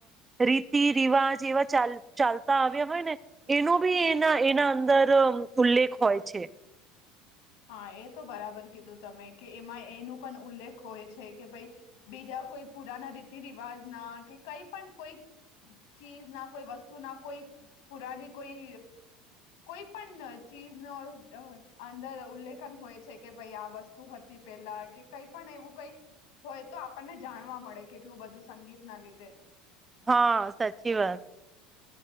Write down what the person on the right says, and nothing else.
રીતિ રિવાજ એવા ચ ચાલતા આવ્યા હોય ને એનો બી એના એના અંદર ઉલ્લેખ હોય છે.
હા સાચી વાત